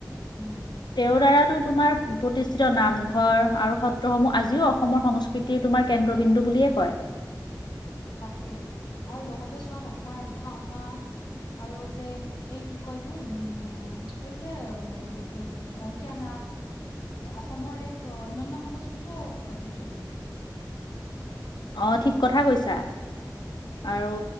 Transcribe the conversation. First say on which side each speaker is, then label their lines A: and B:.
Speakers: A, on the left; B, on the left.
A: উমঁ।
B: তেওঁৰ দ্বাৰাতো তোমাৰ প্ৰতিষ্ঠিত নামঘৰ আৰু সত্ৰসমূহ আজিও অসমৰ সংস্কৃ- তিৰ তোমাৰ কেন্দ্ৰবিন্দুু বুলিয়ে কয়।
A: তাকেই, আৰু লগতে চোৱা না তোমাৰ ভাওনা- আৰু যে এই কি কয় এইটো উম এই যে টো মানে অংকীয়া নাট। অসমৰ এক অন্যান্য সংস্কৃতিও ঐতিহ্য কিন্তু।
B: অঁ, ঠিক কথা কৈছা। আৰু